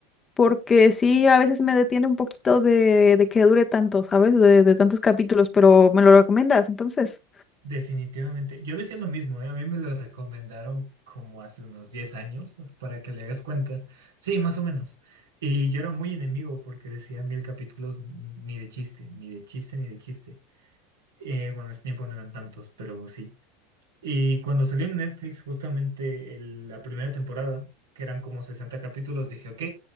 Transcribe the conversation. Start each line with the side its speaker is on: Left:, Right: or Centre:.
Left: porque sí, a veces me detiene un poquito de, de que dure tanto, ¿sabes? De, de tantos capítulos, pero me lo recomiendas, entonces.
Right: Definitivamente, yo decía lo mismo, ¿eh? A mí me lo recomendaron como hace unos 10 años, para que le hagas cuenta. Sí, más o menos. Y yo era muy enemigo porque decía mil capítulos ni de chiste, ni de chiste, ni de chiste. Eh, bueno, en ese tiempo no eran tantos, pero sí. Y cuando salió en Netflix justamente el- la primera temporada, que eran como 60 capítulos, dije, ok,